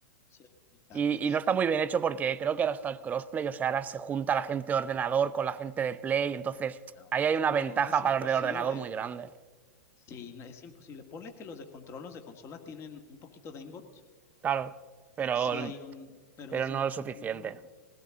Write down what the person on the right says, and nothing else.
Y, y no está muy bien hecho porque creo que ahora está el crossplay, o sea, ahora se junta la gente de ordenador con la gente de Play, entonces
ahí
hay
una
ventaja
para los de ordenador muy grande.
Claro, pero,
pero
no es suficiente.